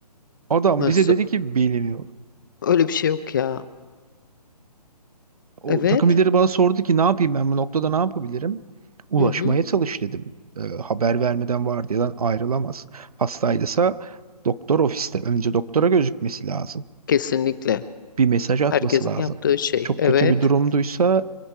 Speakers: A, on the right; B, on the left.
A: Adam
B: Nasıl?
A: bize dedi ki bilmiyorum.
B: Öyle bir şey yok ya.
A: O
B: Evet.
A: takım lideri bana sordu ki ne yapayım ben bu noktada ne yapabilirim? Ulaşmaya
B: Hı hı.
A: çalış dedim. E, haber vermeden vardiyadan ayrılamaz. Hastaydısa doktor ofiste önce doktora gözükmesi lazım.
B: Kesinlikle.
A: Bir mesaj atması
B: Herkesin
A: lazım.
B: yaptığı şey.
A: Çok
B: Evet.
A: kötü bir durumduysa